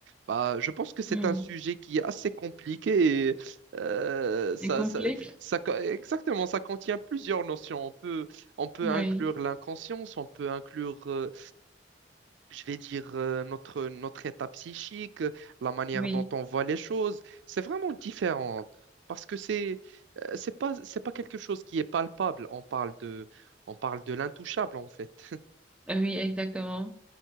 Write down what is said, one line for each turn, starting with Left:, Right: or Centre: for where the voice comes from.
Right: Bah, je pense que c'est
Centre: Hmm.
Right: un sujet qui est assez compliqué et euh, ça,
Centre: Un complexe?
Right: ça, ça, co- exactement, ça contient plusieurs notions. On peut, on peut
Centre: Oui,
Right: inclure l'inconscience, on peut inclure, euh, je vais dire, euh, notre, notre état psychique, euh, la manière
Centre: oui,
Right: dont on voit les choses. C'est vraiment différent parce que c'est, euh, c'est pas, c'est pas quelque chose qui est palpable. On parle de, on parle de l'intouchable en fait.
Centre: oui, exactement.